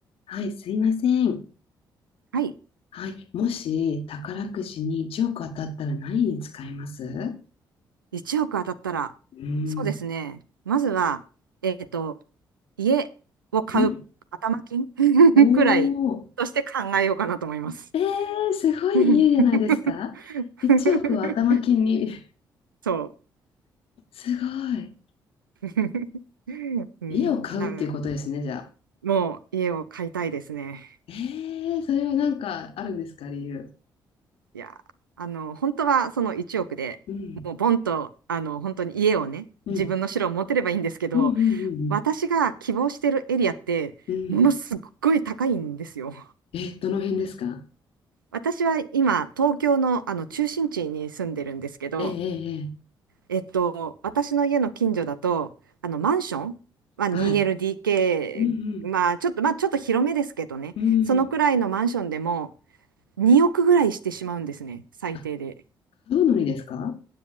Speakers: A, on the left; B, on the right.
A: はい、すいません。
B: はい。
A: はい、もし宝くじに1億当たったら何に使います
B: 1億当たったら、
A: うん。
B: そうですね。まずは、えっと、家を買う頭金
A: うん。
B: <laughs>
A: お
B: くらいとして考えようかなと思います。
A: ー。えー、すごい家じゃないですか
B: <laughs>
A: ?1 億を頭金に。
B: そ
A: <laughs> すごい。
B: う。<laughs> うん、
A: 家を買うっていうことですね、
B: なん
A: じゃあ。
B: もう家を買いたいですね。
A: えー、それはなんかあるんですか、理由。
B: いや、あの、本当はその1億でもうボンと、
A: うん。
B: あの、本当に家をね、
A: うん。
B: 自分の城を持てればいいんですけど、
A: うんうんうん
B: 私が希望してるエリアって、
A: うん。うん。
B: ものすっごい高いんですよ。
A: え、どの辺ですか
B: 私は今、東京の、あの中心地に住んでるんですけど、
A: ええええええ
B: えっと、私の家の近所だと、あのマンションは 2LDK、
A: はい。うん
B: まあちょっと、まあちょっと広めですけどね、
A: うん。うん。
B: そのくらいのマンションでも2億ぐらいしてしまうんですね、最低で。
A: あ、買うのにですか